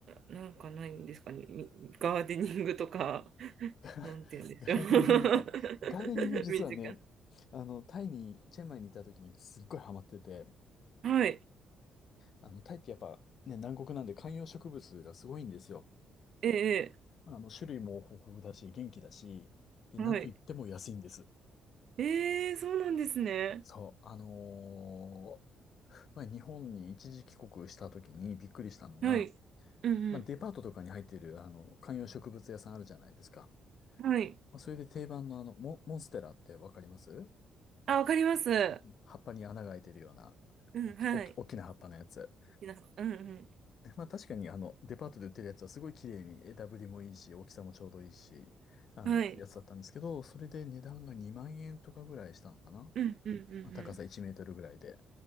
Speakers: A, on the right; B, on the left.
A: なんかないんですかね。みガーデニングとか、<laughs>
B: <laughs>
A: なんて言うんでしょう。
B: ガーデニングが、ガーデニング実はね、
A: <laughs> 身近
B: あの、タイに、チェンマイにいた時にすっごいハマってて、
A: な。はい。
B: あの、タイってやっぱね、南国なんで観葉植物がすごいんですよ。
A: ええ、
B: あの、種類も豊富だし、元気だし、で、
A: ええはい。
B: なんといっても安いんです。
A: ええ、そうなんですね。
B: そう、あのーまあ、日本に一時帰国した時にびっくりしたのが、
A: はい。うん
B: まあ、デパートとかに入ってる、あの、観葉植物屋さんあるじゃないですか。
A: うん。はい。
B: まあ、それで定番のあの、モ、モンステラってわかります
A: あ、わかります。
B: 葉っぱに穴が開いてるような、
A: うん、
B: おき、
A: はい。
B: おき、大きな葉っぱのやつ。
A: 好きな、うんう
B: まあ、確かにあの、デパートで売ってるやつはすごい綺麗に枝ぶりもいいし、大きさもちょうどいいし、あの、
A: ん。はい。
B: ってやつだったんですけど、それで値段が2万円とかぐらいしたのかな
A: うんうんうん
B: まあ高さ1メートルぐらいで。